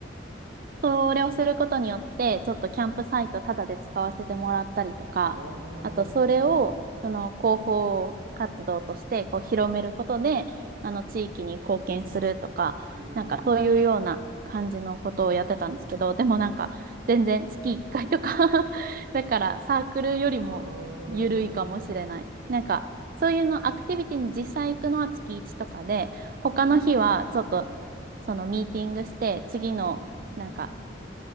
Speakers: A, on the right; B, on the right.
A: それをすることによって、ちょっとキャンプサイトタダで使わせてもらったりとか、
B: ィア。ああ、うん
A: あとそれを、その広報活動としてこう広めることで、あの地域に貢献するとか、
B: うんうん。
A: なんかそういうような感じのことをやってたんですけど、でもなんか全然月1回とか <laughs> だからサークルよりも緩いかもしれない。
B: ああ、
A: なんかそういうのアクティビティに実際行くのは月1とかで、他の日はちょっと
B: うん、うん
A: そのミーティングして、次のなんか、
B: うんうんうん。